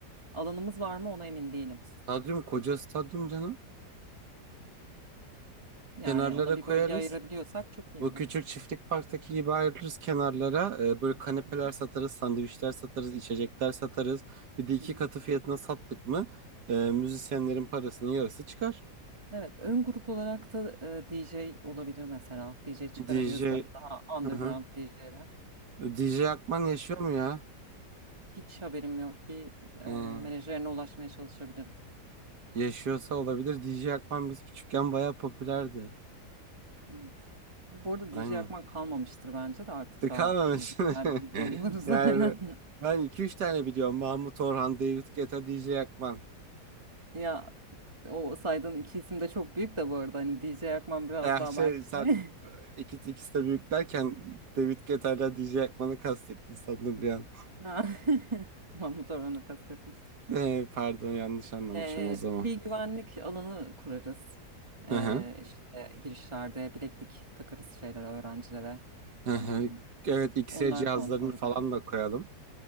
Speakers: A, on the right; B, on the right.
A: alanımız var mı ona emin değilim.
B: Stadyum koca stadyum canım.
A: Yani
B: Kenarlara
A: ona bir
B: koyarız.
A: bölge ayırabiliyorsak çok iyi
B: Bu
A: olur.
B: küçük çiftlik parktaki gibi ayrılırız kenarlara. Ee, böyle kanepeler
A: Hı
B: satarız, sandviçler satarız, içecekler satarız. Bir de iki
A: hı. Hı hı.
B: katı fiyatına sattık mı e, müzisyenlerin parasının yarısı çıkar.
A: Evet, ön grup olarak da e, DJ olabilir mesela. DJ çıkarabiliriz
B: DJ,
A: böyle daha underground
B: hı hı.
A: DJ'ler.
B: DJ Akman yaşıyor mu ya?
A: Hiç haberim yok. Bir e,
B: He,
A: menajerine ulaşmaya çalışabilirim.
B: yaşıyorsa olabilir. DJ Akman biz küçükken bayağı popülerdi.
A: Evet. Bu arada
B: Aynen.
A: DJ Akman kalmamıştır bence de artık
B: De
A: daha
B: kalmamış.
A: hani güzel
B: <laughs>
A: bir DJ buluruz
B: Yani
A: <laughs> aynen.
B: ben iki üç tane biliyorum. Mahmut Orhan, David Guetta, DJ Akman.
A: Ya o saydığın iki isim de çok büyük de bu arada hani DJ Akman biraz
B: Eh,
A: daha
B: şey
A: belki
B: sen
A: şey. <laughs>
B: iki ikisi de büyük derken David Guetta'yla DJ Ekman'ı kastettin sandım bir an.
A: Ha. <laughs> Mahmut Orhan'ı kastetmiştim.
B: Eh, pardon yanlış anlamışım
A: E,
B: o zaman.
A: bir güvenlik alanı kurarız.
B: Hı
A: E,
B: hı,
A: işte girişlerde bileklik takarız şeylere öğrencilere.
B: hı
A: Em,
B: hı. Evet X-ray
A: onlar
B: cihazlarını
A: kontrol
B: falan
A: edilir.
B: da koyalım.